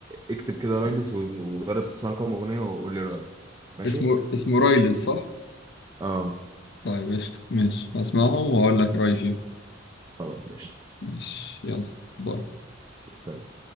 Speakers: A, on the right; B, on the left.
A: اكتب كده رايلز و- وجرب تسمع لكم اغنيه وقول لي رايك ماشي
B: اسمه اسمه رايلز صح؟
A: اه
B: طيب قشطة ماشي هسمعهم وأقول لك رأيي فيهم
A: خلاص قشطة
B: ماشي يلا باي
A: س- سلام